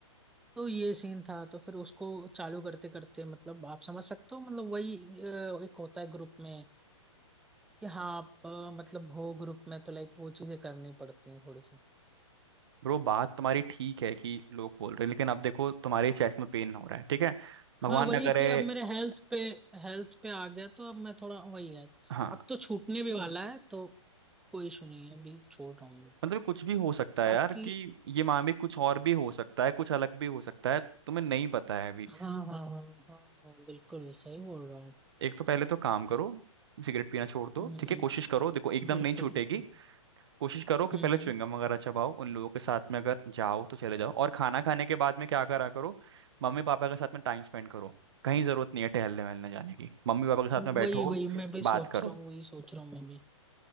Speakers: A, in the centre; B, on the right (about 50°).
A: तो ये सीन था तो फिर उसको चालू करते करते मतलब आप समझ सकते हो मतलब वही अ, एक होता है ग्रुप में कि हाँ आप अ, मतलब हो ग्रुप में तो लाइक वो चीजें करनी पड़ती हैं थोड़ी सी
B: ब्रो बात तुम्हारी ठीक है कि लोग बोल रहे हैं लेकिन अब देखो तुम्हारे चेस्ट में पेन हो रहा है ठीक है
A: हाँ
B: भगवान
A: वही
B: न करे
A: कि अब मेरे हेल्थ पे हेल्थ पे आ गया तो अब मैं थोड़ा वही है
B: हाँ
A: अब तो छूटने भी वाला है तो कोई इशू नहीं है अभी छोड़ रहा हूँ मैं
B: मतलब कुछ भी हो सकता है
A: बाकी
B: यार कि ये मामले कुछ और भी हो सकता है कुछ अलग भी हो सकता है तुम्हें नहीं पता है अभी
A: हाँ हाँ हाँ हाँ हाँ हाँ, बिल्कुल सही बोल रहा हूँ
B: एक तो पहले तो काम करो सिगरेट पीना छोड़ दो
A: हम्म
B: ठीक है कोशिश करो देखो एकदम
A: बिल्कुल
B: नहीं छूटेगी
A: बिल्कुल
B: कोशिश करो कि
A: हम्म
B: पहले च्युइंगम वगैरह चबाओ उन लोगों के साथ में अगर जाओ तो चले जाओ और खाना खाने के बाद में क्या करा करो मम्मी पापा के साथ में टाइम स्पेंड करो कहीं जरूरत नहीं है टहलने वहलने जाने की मम्मी पापा के साथ
A: हम्म
B: में बैठो
A: वही वही मैं भी
B: बात
A: सोच
B: करो
A: रहा हूँ वही सोच रहा हूँ मैं भी